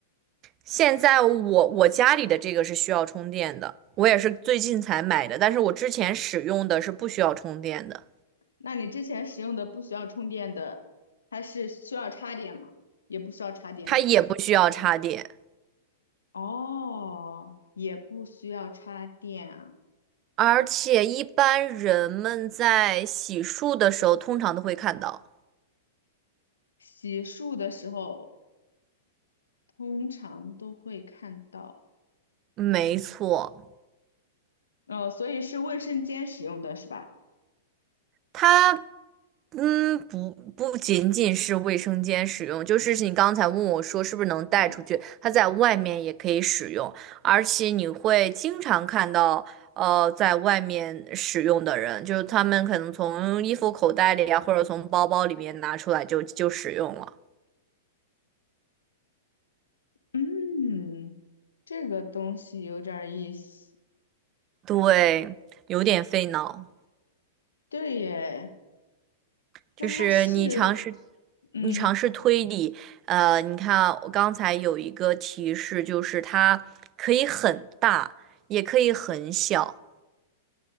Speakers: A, on the right (about 35°); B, on the left (about 85°).
A: 现在我我家里的这个是需要充电的，我也是最近才买的，但是我之前使用的是不需要充电的，
B: 那你之前使用的不需要充电的，它是需要插电吗？也不需要插电吗？
A: 它也不需要插电。
B: 哦，也不需要插电啊。
A: 而且一般人们在洗漱的时候，通常都会看到。
B: 洗漱的时候通常都会看到，
A: 没错，
B: 哦，所以是卫生间使用的是吧？
A: 它，嗯，不不仅仅是卫生间使用，就是你刚才问我说是不是能带出去，
B: 嗯
A: 它在外面也可以使用，而且你会经常看到，呃，在外面使用的人，就是他们可能从衣服口袋里啊，或者从包包里面拿出来就就使用了，
B: 嗯，这个东西有点儿意思。
A: 对，有点费脑。
B: 对耶，那它是，
A: 就是你尝试，
B: 嗯。
A: 你尝试推理，呃，你看啊我刚才有一个提示，就是它可以很大，也可以很小。